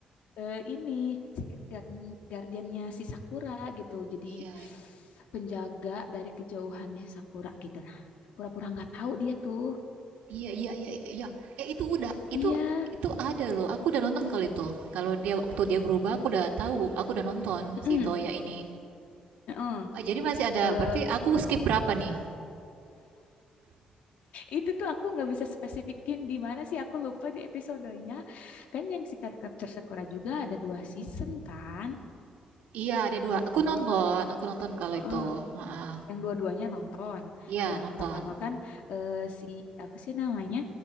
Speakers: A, on the left; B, on the right.
A: eh, ini secret garden guardiannya si Sakura gitu. Jadi
B: Iya.
A: penjaga dari kejauhannya si Sakura gitu. Nah, pura-pura nggak tahu dia tuh.
B: Iya, iya, iya, iya. Eh itu udah
A: Iya.
B: itu itu ada loh. Aku udah nonton kali itu. Kalau dia waktu dia berubah aku udah tahu, aku udah nonton
A: mm-mm,
B: si Toya ini.
A: mm
B: Ah, jadi masih ada
A: Eh,
B: berarti aku skip berapa nih?
A: itu tuh aku nggak bisa spesifikin di mana sih aku lupa di episodenya. Kan yang Secret Capture Sakura juga ada dua season kan,
B: Iya, ada dua.
A: gitu.
B: Aku nonton, aku nonton kalau
A: Heeh.
B: itu. Heeh.
A: Yang dua-duanya nonton.
B: Iya,
A: Yang
B: nonton.
A: pertama kan eh, si apa sih namanya?